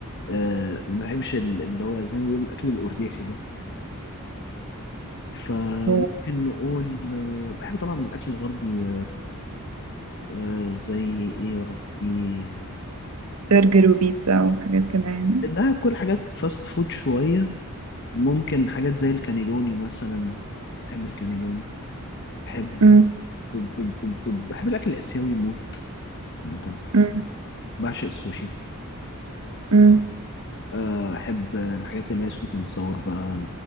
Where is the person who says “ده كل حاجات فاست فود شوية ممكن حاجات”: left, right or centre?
Left